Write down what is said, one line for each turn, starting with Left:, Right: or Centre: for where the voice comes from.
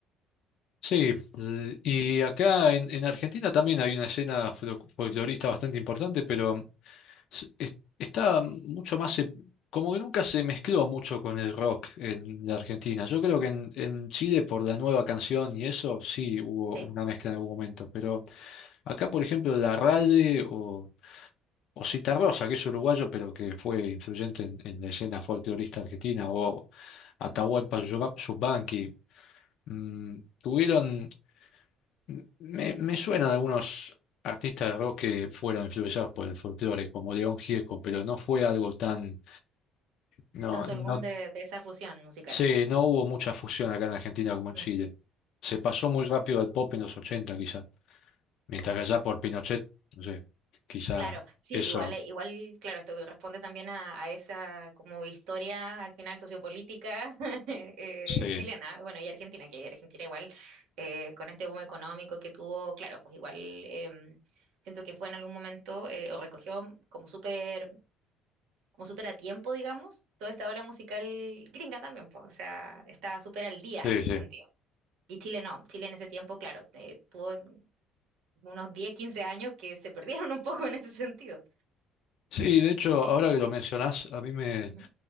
Left: Sí, l- y acá en, en Argentina también hay una escena flo- folclorista bastante importante, pero s- es- está mucho más, se- como que nunca se mezcló mucho con el rock en la Argentina. Yo creo que en, en Chile por la nueva canción y eso sí hubo
Right: Sí,
Left: una mezcla en algún momento, pero acá por ejemplo la Rade o, o Citarrosa, que es uruguayo pero que fue influyente en, en la escena folclorista argentina, o Atahualpa Yuba- Yupanqui, mm, tuvieron M- Me, me suena de algunos artistas de rock que fueron influenciados por el folclore, como León Gieco,
Right: ujú.
Left: pero no fue algo tan... No,
Right: tanto
Left: no,
Right: el boom de, de esa fusión musical.
Left: sí, no hubo mucha fusión acá en Argentina como en
Right: Mm.
Left: Chile. Se pasó muy rápido al pop en los 80 quizá, mientras que allá por Pinochet, no sé, quizá
Right: Claro, sí,
Left: eso.
Right: igual, eh, igual, claro, esto que responde también a, a esa como historia al final sociopolítica <laughs> eh,
Left: Sí,
Right: chilena, bueno, y Argentina, que Argentina igual eh, con este boom económico que tuvo, claro, pues igual em, siento que fue en algún momento eh, o recogió como súper, como súper a tiempo, digamos, toda esta ola musical gringa también, pues, o sea, está súper al día
Left: sí,
Right: en ese
Left: sí.
Right: sentido. Y Chile no, Chile en ese tiempo, claro, eh, tuvo unos 10, 15 años que se perdieron un poco en ese sentido.
Left: Sí, de hecho, ahora que lo mencionás, a mí me...
Right: Ujú,